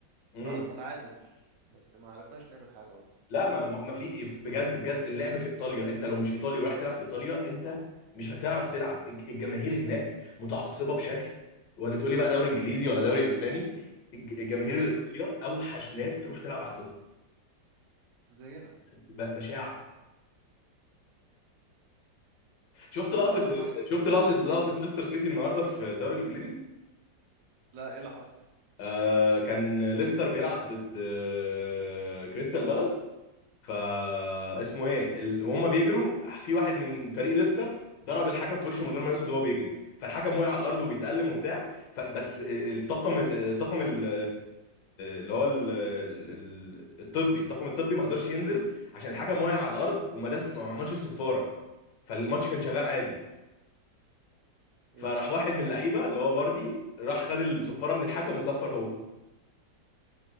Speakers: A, on the left; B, on the right.
A: مم.
B: خرج متعادل بس ما عرفناش نعمل حاجه برضه
A: لا ما ما ما في إيه، بجد بجد اللعب في ايطاليا انت لو مش ايطالي ورايح تلعب في ايطاليا انت مش هتعرف تلعب الج- الجماهير هناك متعصبه بشكل ولا تقولي بقى دوري انجليزي ولا دوري اسباني الج- الجماهير
B: زينا
A: الايطاليه اوحش ناس تروح تلعب عندهم
B: زينا
A: ب-
B: مم.
A: بشاعه شفت لقطه
B: لا بس انا
A: شفت لقطه لقطه
B: قول
A: ليستر سيتي النهارده في الدوري الانجليزي
B: لا ايه اللي حصل
A: آه كان ليستر بيلعب ضد آه، كريستال بالاس فا اسمه ايه ال... وهم بيجروا في واحد من فريق ليستر ضرب الحكم في وشه من غير ما يقصد وهو بيجري فالحكم وقع على الارض وبيتألم وبتاع فبس ال- الطاقم الطاقم ال- اللي هو ال- ال- الطبي الطاقم الطبي ما قدرش ينزل
B: مم.
A: عشان الحكم وقع على الارض وما دس ما عملش الصفاره فالماتش كان شغال عادي
B: ايه
A: فراح
B: ده
A: واحد من اللعيبه اللي هو فاردي راح خد الصفاره من الحكم وصفر هو